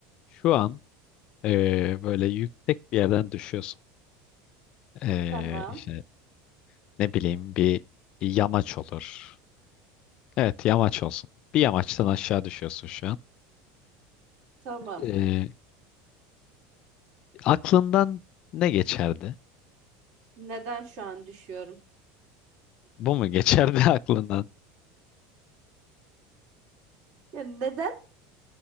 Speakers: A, on the left; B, on the right.
A: Şu an eee, böyle yüksek bir yerden düşüyorsun. Eee
B: Tamam.
A: işte ne bileyim bir yamaç olur. Evet yamaç olsun. Bir yamaçtan aşağı düşüyorsun şu an.
B: Tamam.
A: Eee, aklından ne geçerdi?
B: Neden şu an düşüyorum?
A: Bu mu geçerdi <laughs> aklından?
B: Ya neden?